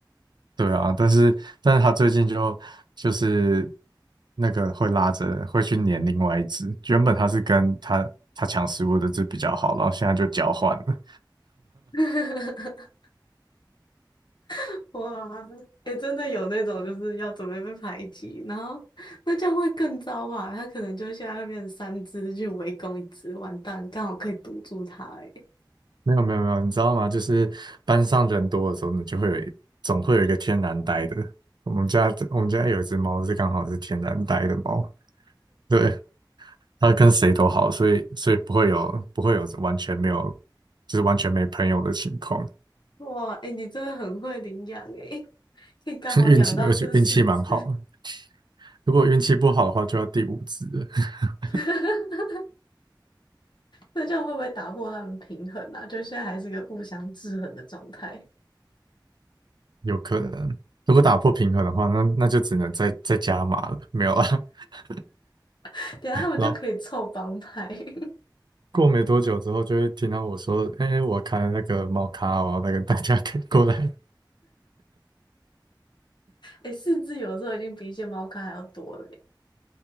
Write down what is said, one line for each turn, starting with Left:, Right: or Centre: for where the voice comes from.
Right: 对啊，但是但是它最近就就是那个会拉着会去黏另外一只，原本它是跟它它抢食物的只比较好，然后现在就交换了。
Left: <laughs> <laughs> 哇，哎、真的有那种就是要准备被排挤，然后那这样会更糟吧？他可能就现在会变成三只去围攻一只，完蛋，刚好可以堵住它、欸。哎
Right: 没有没有没有，你知道吗？就是班上人多的时候呢，就会有一总会有一个天然呆的。我们家我们家有一只猫是刚好是天然呆的猫，对，它跟谁都好，所以所以不会有不会有完全没有就是完全没朋友的情况，
Left: 哇，哎、你真的很会领养哎、可以刚好养到这四只，
Right: <laughs> 运气而且运气蛮好的。如果运气不好的话，就要第五只了 <laughs>
Left: <laughs> 那这样会不会打破他们平衡啊？就现在还是个互相制衡的状态，
Right: 有可能。如果打破平衡的话，那那就只能再再加码了，没有啦。<laughs>
Left: <laughs> 等一下他们就可以凑帮派。
Right: 然后
Left: <laughs>
Right: 过没多久之后，就会听到我说：“哎、我开了那个猫咖哦，那个大家可以过来。<laughs>”
Left: 哎、四只有时候已经比一些猫咖还要多了、欸，